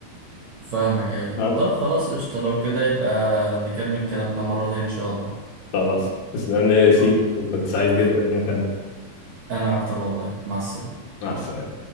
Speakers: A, on the right; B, on the left.
A: فاهمك ايوه
B: أه
A: طب خلاص قشطه لو كده يبقى نكمل كلامنا مره تانية ان شاء الله
B: خلاص تسلم لي يا ياسين
A: خ...
B: وكنت سعيد جدا
A: خ-
B: وكان
A: انا اكتر والله مع السلامه
B: مع السلامة